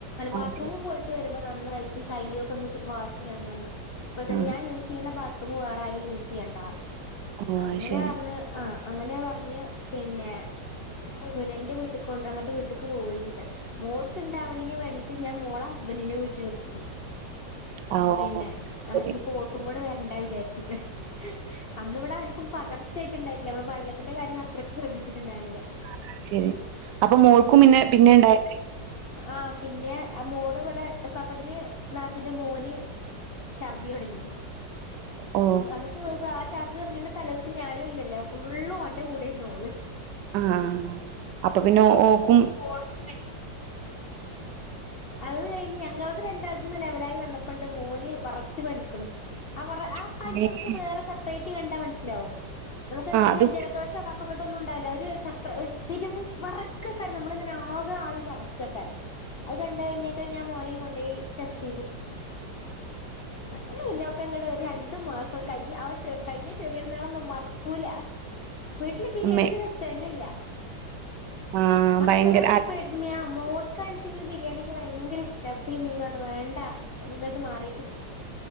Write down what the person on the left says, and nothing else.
ബാത്റൂമ്
പോയിട്ട് വരു പൊ നന്നായിട്ട് കയ്യൊക്കെ ഒന്ന് വാഷ് ന്ന് പറഞ്ഞു. ഇപ്പോ തന്ന്
ഞാൻ യൂസ് ചെയ്യണ ബാത്ത് അത് പൊ വേറെ ആരും യൂസ് ചെയ്യണ്ടാ
അങ്ങനെ
പറഞ് ആ അങ്ങനെ പറഞ്ഞ് പിന്നെ പ് ന്റെ വീട്ടിക്ക് കൊ അങ്ങട്ട് വീട്ടിക്ക് പോവ ചെയ്തെ. മോൾക്ക്ണ്ടാവണീന് വേണ്ടി ഞാൻ മോളെ ഹസ്ബൻറിന്റെ വീട്ടിൽ നിർത്തി.
പിന്നെ
ഇനിപ്പോ ഓൾക്കും കൂടെ വരണ്ട. വിചാരിച്ചിട്ട് അന്നിവിടെ ആരിക്കും പകർ വച്ചായിട്ടുണ്ടായില്ല നമ്മള് വള്ളത്തിന്റെ കാര്യ അത്രക്കെ ശ്രദ്ധിച്ചട്ടുണ്ടായിരു ന്നില്ല
ആ പിന്നെ ആ മോള് ഇവിടെള്ള പാപ്പത്തിന് നാത്തന്റെ മോന് ഛർദി തുടങ്ങി
അന്നത്തെ ദിവസം ആ ച അത് തുടങ്ങിന്റെ തലിവസം ഞാനും ഇല്ലോ ഫുള് ഓന്റെ കൂടെന്ന് നോു
ഓൾക്കും കിട്ടി അത് കഴിഞ്ഞ് ഞങ്ങളത് രണ്ടാത്തന്ന് ലെവലായി വന്നപ്പോണ്ട് മോന് വെറച്ച് പനിക്കണം ആ ആ
പനി നമുക്ക് വേറെ സെപ്പറേറ്റ് കണ്ട മനസിലാവും നമുക്ക് യാതാന്
വെച്ചാ ൽ ജലദോഷ കഫക്കെട്ട് ഒന്നുമുണ്ടാവില്ല സെരു വറക്കക്ക നമ്മളിങ്ങനെ ആകെ ആള് വിറക്കും <unintelligible> ക്കക്കാരം അതുകണ്ട് കഴിഞ്ഞേക്കണ്ട് <unintelligible> ഞാൻ മോനെ കൊണ്ടേയി ടെസ്റ്റ് ചെയ്തു അങ്ങനെ പിന്നെ ഒക്കെ ഇങ്ങട് ഒരു രണ്ടു മാസം കഴിഞ്ഞ് ആ ചെ കഴിഞ്ഞ ചെറിയ പെരുന്നാ <unintelligible> നാളൊന്നും മറക്കൂല വീട്ടില് ബിരിയാണിന്ന്
വെച്ചെന്നെ ഇല്ല
മക്കളെ
ഇപ്പോ എ മോൾ <unintelligible> കഴിച്ചിങ്കില് ബിരിയാണി നിക്ക് വയങ്കര ഇഷ്ട്ടാ ഇപ്പേം ഉമ്മയും പറഞ്ഞ് വേണ്ടാ ഇങ്ങൾക്ക് മാറിയിട്ട്